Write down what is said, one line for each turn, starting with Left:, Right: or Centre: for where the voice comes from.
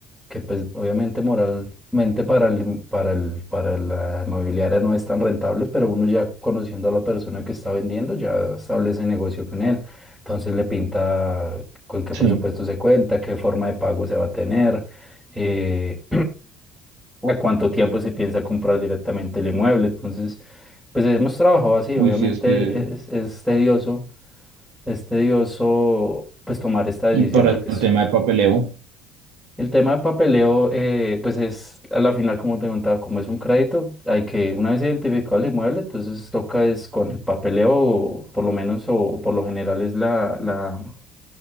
Centre: que pues obviamente moralmente para el, para el, para la inmobiliaria no es tan rentable, pero uno ya conociendo a la persona que está vendiendo, ya establece negocio con él. Entonces le pinta con qué
Right: Sí.
Centre: presupuesto se cuenta, qué forma de pago se va a tener, eh, a cuánto tiempo se piensa comprar directamente el inmueble. Entonces, pues hemos trabajado así, obviamente
Right: Uy, sí, es que...
Centre: es, es tedioso, es tedioso pues tomar esta decisión,
Right: Y para
Centre: porque
Right: el
Centre: es,
Right: tema de papeleo,
Centre: el tema de papeleo, eh, pues es a la final, como te contaba, como es un crédito, hay que, una vez identificado el inmueble, entonces toca es con el papeleo, o por lo menos, o, o por lo general es la, la,